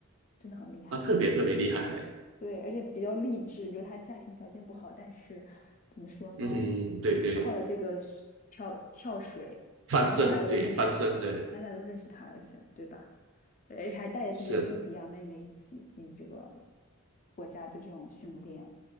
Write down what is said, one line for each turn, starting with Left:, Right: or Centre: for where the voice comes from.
Left: 真的很厉害了。
Right: 啊，特别特别厉害嘞。
Left: 对，而且比较励志，就是他家庭条件不好，但是怎么说呢，
Right: 嗯哼，对对，
Left: 就是靠了这个是跳跳水，
Right: 翻身，
Left: 让大家都认识他，
Right: 对翻身的，
Left: 让大家都认识他，而且对吧？而且还带着自己的弟弟啊、
Right: 是
Left: 妹妹一起进这个国家队这种训练，